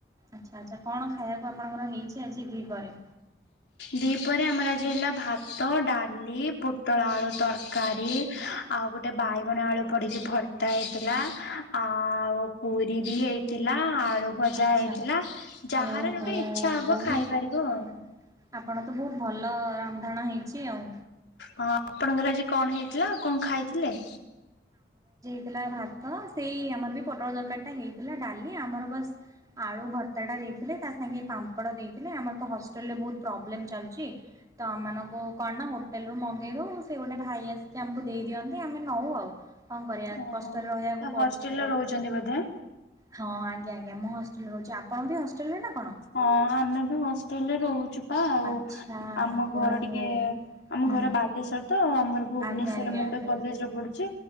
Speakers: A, on the right; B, on the left.
A: ଆଛା ଆଛା କଣ ଖାଇବାକୁ ଆପଣଙ୍କର ହେଇଚି ଆଜି ଦିପରେ?
B: ଦିପରେ ଆମର ଆଜି ହେଲା ଭାତ ଡାଲି ପୋଟଳ ଆଳୁ ତରକାରୀ ଆଉ ଗୋଟେ ବାଇଗଣ ଆଳୁ ପଡିକି ଭର୍ତ୍ତା ହେଇଥିଲା ଆଉ ପୁରୀ ବି ହେଇ ଥୀଲା ଆଳୁ ଭଜା
A: ଆଚ୍ଛା
B: ହେଇଥିଲା ଯାହାର
A: ଓହୋ
B: ଯୋଉଟା ଇଛା ହବ
A: ବହୁତ
B: ଖାଇ ପାରିବ
A: ହଁ।
B: ଆଉ।
A: ଆପଣ ତ ବହୁତ ଭଲ ରନ୍ଧାଣ ହେଇଚି ଆଉ।
B: ହ ଆପଣଙ୍କର ଆଜି କଣ ହେଇଥିଲା ଙ୍କ ଖାଇଥିଲେ?
A: ଥିଲା ଭାତ ସେଇ ଆମର ବି ପୋଟଳ ଦରକାର ଟା ହେଇଥିଲା ଡାଲି ଆମର ବାସ୍ ଆଳୁ ଭର୍ତ୍ତାଟା ଦେଇଥିଲେ ତା ସାଙ୍ଗେ ପାମ୍ପଡ ଦେଇଥିଲେ ଆମର ତ ହଷ୍ଟେଲ୍ ରେ ବହୁତ ପ୍ରୋବ୍ଲେମ ଚାଲଚି ତ ଆମମାନଙ୍କୁ କଣ ନା ହୋଟେଲୁ ମଗେଇ ଦେଉ ସେ ଗୋଟେ ଭାଇ ଆସିକି ଆମକୁ ଦେଇଦିଅନ୍ତି ଆମେ ନଉ ଆଉ। କଣ କରିବା
B: ଓହୋ
A: କଷ୍ଟରେ ରହିବାକୁ ପଡୁଛି
B: ହଷ୍ଟେଲରେ
A: ଆଉ।
B: ରହୁଚନ୍ତି ବୋଧେ
A: ହଁ ଆଜ୍ଞା ଆଜ୍ଞା ମୁଁ ହଷ୍ଟେଲରେ ରହୁଛି ଆପଣ ବି ହଷ୍ଟେଲରେ ନା କଣ?
B: ହଁ ଆମେ ବି ହଷ୍ଟେଲରେ ରହୁଚୁ। ତ ଆଉ
A: ଆଚ୍ଛା
B: ଆମ ଘର
A: ଓହୋ
B: ଟିକେ ଆମ
A: ହୁଁ।
B: ଘର ବାଲେଶ୍ୱର ତ ଆମର ଭୁବନେଶ୍ୱରରେ
A: ଆଜ୍ଞା ଆଜ୍ଞା
B: ମୁଁ
A: ଆଜ୍ଞା
B: ଗୋଟେ କଲେଜରେ ପଢୁଚି